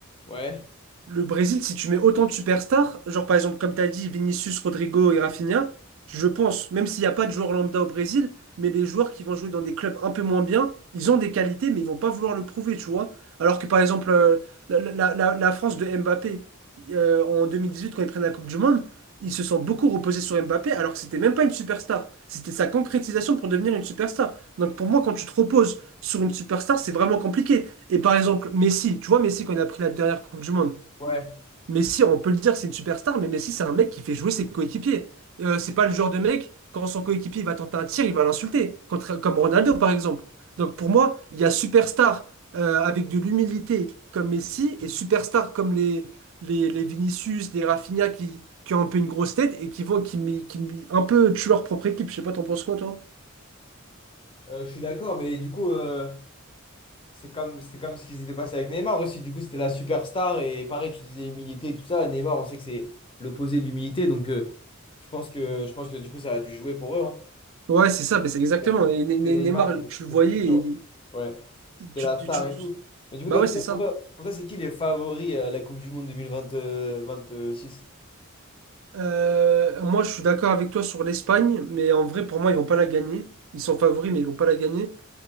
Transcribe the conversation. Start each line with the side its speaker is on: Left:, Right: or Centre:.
Left: Ouais.
Right: Le Brésil, si tu mets autant de superstars, genre par exemple, comme tu as dit, Vinicius, Rodrigo et Rafinha, je pense, même s'il n'y a pas de joueurs lambda au Brésil, mais les joueurs qui vont jouer dans des clubs un peu moins bien, ils ont des qualités, mais ils vont pas vouloir le prouver, tu vois. Alors que par exemple, euh, la, la- la- la France de Mbappé, euh, en 2018, quand ils prennent la Coupe du Monde, ils se sont beaucoup reposés sur Mbappé, alors que c'était même pas une superstar. C'était sa concrétisation pour devenir une superstar. Donc pour moi, quand tu te reposes sur une superstar, c'est vraiment compliqué. Et par exemple, Messi, tu vois, Messi, quand il a pris la dernière Coupe du Monde,
Left: Ouais,
Right: Messi, on peut le dire, c'est une superstar, mais Messi, c'est un mec qui fait jouer ses coéquipiers. Euh, c'est pas le genre de mec, quand son coéquipier il va tenter un tir, il va l'insulter, Contra- comme Ronaldo par exemple. Donc pour moi, il y a superstar euh, avec de l'humilité comme Messi et superstar comme les, les, les Vinicius, les Rafinha qui, qui ont un peu une grosse tête et qui vont qui, mi- qui mi- un peu tuent leur propre équipe. Je sais pas, t'en penses quoi, toi?
Left: euh, je suis d'accord, mais du coup, euh, c'est comme, c'était comme ce qui s'était passé avec Neymar aussi. Du coup, c'était la superstar et pareil, tu disais humilité et tout ça. Neymar, on sait que c'est l'opposé de l'humilité, donc euh, je pense que, je pense que du coup, ça a dû jouer pour eux. hein.
Right: Ouais, c'est ça, mais c'est exactement.
Left: Il y a toujours
Right: Et
Left: ce
Right: Ne-
Left: truc
Right: Ne-
Left: de Neymar
Right: Neymar,
Left: et
Right: tu le
Left: de
Right: voyais
Left: se sentir.
Right: et
Left: Ouais, c'était
Right: tu,
Left: la
Right: tu-
Left: star
Right: tu-
Left: et tout. Mais du coup,
Right: Bah
Left: toi,
Right: ouais,
Left: toi-
Right: c'est ça.
Left: pour toi, pour toi, c'est qui les favoris à la Coupe du Monde deux mille vingt six
Right: Euh, moi, je suis d'accord avec toi sur l'Espagne, mais en vrai, pour moi, ils vont pas la gagner. Ils sont favoris, mais ils vont pas la gagner.